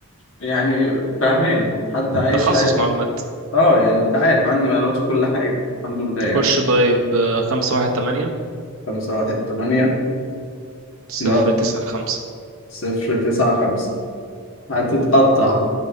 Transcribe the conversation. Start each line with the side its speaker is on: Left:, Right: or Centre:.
Left: يعني فاهمان حد عايش
Right: تخصص معلومات
Left: اه يعني انت عارف عندي معلومات في كل حاجة الحمد لله يعني
Right: خش طيب آه، خمسة واحد تمانية
Left: خمسة واحد تمانية
Right: صفر
Left: لا
Right: تسعة خمسة
Left: صفر تسعة خمسة هتتقطع